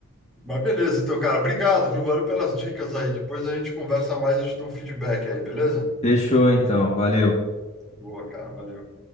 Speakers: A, in the centre; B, on the left.
A: Mas beleza, então, cara, obrigado, viu? Valeu pelas dicas aí. Depois a gente conversa mais, eu te dou um feedback aí, beleza?
B: Fechou então, valeu.
A: Boa, cara, valeu.